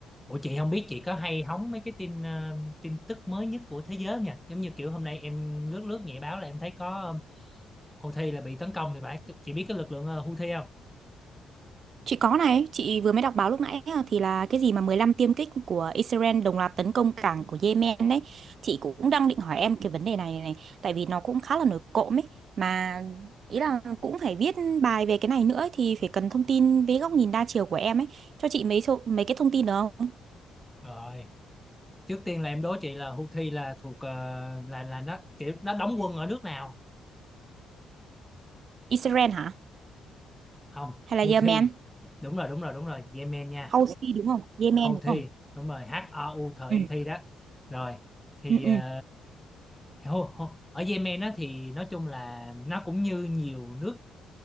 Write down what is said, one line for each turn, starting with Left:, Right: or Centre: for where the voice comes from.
Centre: Ủa chị không biết chị có hay hóng mấy cái tin ờ, tin tức mới nhất của thế giới không nha? Giống như kiểu hôm nay em lướt lướt nhẹ báo là em thấy có ờ, Houthi là bị tấn công thì phải. Chị biết cái lực lượng ờ, Houthi không?
Right: Chị có này, chị vừa mới đọc báo lúc nãy á, thì là cái gì mà 15 tiêm kích của Israel đồng loạt tấn công cảng của Yemen đấy. Chị cũng đang định hỏi em cái vấn đề này này, tại vì nó cũng khá là nổi cộm ấy mà ý là cũng phải viết bài về cái này nữa ấy, thì phải cần thông tin với góc nhìn đa chiều của em ấy. Cho chị mấy số, mấy cái thông tin được không?
Centre: Rồi, trước tiên là em đố chị là Houthi là thuộc ờ, là là nó kiểu nó đóng quân ở nước nào?
Right: Israel hả?
Centre: Không,
Right: Hay
Centre: Houthi.
Right: là Yemen?
Centre: Đúng rồi, đúng rồi, đúng rồi, Yemen nha.
Right: Houthi đúng không? Yemen
Centre: Houthi,
Right: đúng không?
Centre: đúng rồi, H O U T
Right: Ừ.
Centre: I Thi đó. Rồi, thì
Right: Ừ ừ.
Centre: ờ, hô- hô- ở Yemen á thì nói chung là nó cũng như nhiều nước